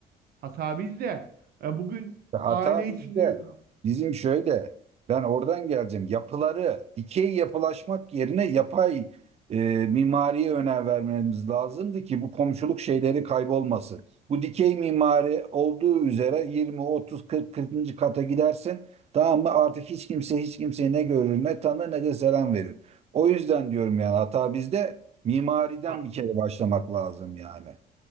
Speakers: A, on the right (about 65°); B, on the right (about 40°).
A: Hata bizde. E, bugün
B: İşte Hata
A: aile içinde...
B: bizde. Bizim şöyle, ben oradan geleceğim. Yapıları dikey yapılaşmak yerine yapay e, mimariye önem vermemiz lazımdı ki bu komşuluk şeyleri kaybolmasın. Bu dikey mimari olduğu üzere 20, 30, 40, 40. kata gidersin. Tamam mı? Artık hiç kimse hiç kimseyi ne görür, ne tanır, ne de selam verir. O yüzden diyorum yani hata bizde. Mimariden
A: A-
B: bir kere başlamak lazım yani.